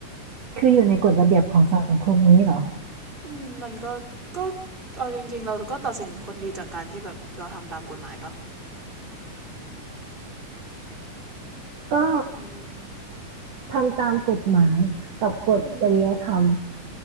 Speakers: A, on the right; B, on the right.
A: คืออยู่ในกฎระเบียบของสังคมนี้เหรอ
B: อืมมันก็ก็เอาจริงๆเราก็ตัดสินคนดีจากการที่แบบเราทำตามกฎหมายปะ
A: ก็
B: อืม
A: ทำตามกฎหมายกับกฎจริยธรรม
B: อืม